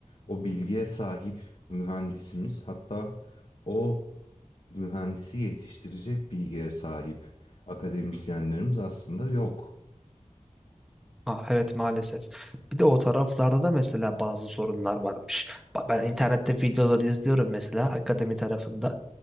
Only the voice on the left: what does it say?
O bilgiye sahip mühendisimiz hatta o mühendisi yetiştirecek bilgiye sahip akademisyenlerimiz aslında yok.